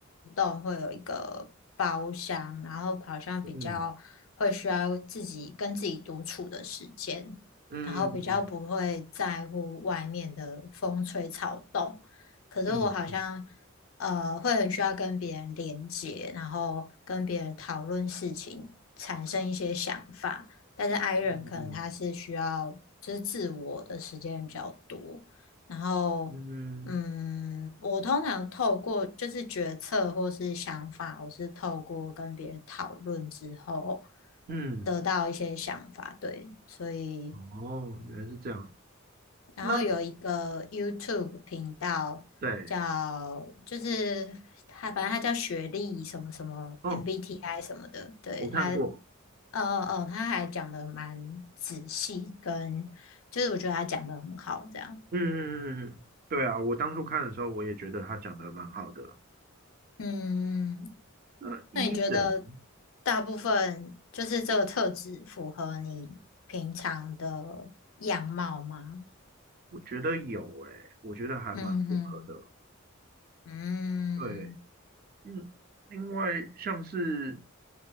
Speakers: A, on the left; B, on the right.
A: 动会有一个包厢，然后好像比较会需要自己跟自己独处的时间，
B: 嗯嗯
A: 然后比较不会在乎外面的风吹草动。可是我好像
B: 嗯嗯
A: 呃会很需要跟别人连接，然后跟别人讨论事情，产生一些想法。但是 i 人可能他是需要就是自我的时间比较多。
B: 嗯
A: 然后，
B: 嗯
A: 嗯，我通常透过就是决策或是想法，我是透过跟别人讨论之后
B: 嗯，
A: 得到一些想法，对，所以
B: 哦，原来是这样。
A: 然后有一个
B: 那
A: YouTube 频道叫，
B: 对
A: 就是他，反正他叫学历什么什么
B: 哦，
A: MBTI 什么的，对，
B: 我看过，
A: 它，呃呃，他还讲的蛮仔细，跟就是我觉得他讲的很好，这样。
B: 嗯嗯嗯，嗯对啊，我当初看的时候我也觉得他讲的蛮好的。
A: 嗯，
B: 那一人
A: 那你觉得大部分就是这个特质符合你平常的样貌吗？
B: 我觉得有诶、我觉得还蛮符合的。
A: 嗯哼，嗯
B: 对，嗯，另外像是